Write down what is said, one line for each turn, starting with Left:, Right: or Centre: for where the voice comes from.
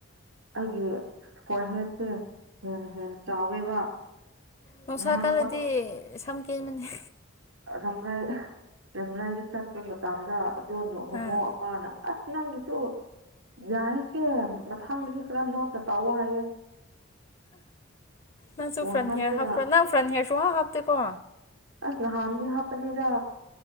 Right: ꯑꯩꯒꯤ ꯐꯣꯔꯍꯦꯠꯁꯦ ꯍꯦꯟꯅ ꯍꯦꯟꯅ ꯆꯥꯎꯋꯦꯕ
Left: ꯅꯨꯡꯁꯥ
Right: ꯅꯍꯥꯟ
Left: ꯀꯜꯂꯗꯤ ꯁꯝ ꯀꯦꯟꯕꯅꯦ
Right: ꯑ ꯔꯝꯔꯥꯏ ꯔꯝꯔꯥꯏꯗ ꯆꯠꯄ ꯃꯇꯝꯗ ꯑꯗꯣꯅꯣ ꯍꯣꯃꯣ
Left: ꯑꯥ
Right: ꯑꯃꯅ ꯑꯁ ꯅꯪꯒꯤꯁꯨ ꯌꯥꯏꯍꯦ ꯃꯊꯥꯡꯗꯗꯤ ꯈꯔ ꯅꯣꯠꯀ ꯇꯧꯑꯣ ꯍꯥꯏꯌꯣ
Left: ꯅꯪꯁꯨ
Right: ꯋꯥꯡꯃꯟꯗꯅ
Left: ꯐ꯭ꯔꯟ ꯍꯦꯌ꯭ꯔ ꯍꯥꯞꯄ꯭ꯔꯥ ꯅꯪ ꯐ꯭ꯔꯟ ꯍꯦꯌ꯭ꯥꯔ ꯁꯨꯍꯥꯞ ꯍꯥꯞꯇꯦꯀꯣ
Right: ꯑꯁ ꯅꯍꯥꯟꯗꯤ ꯍꯥꯞꯄꯅꯦꯗ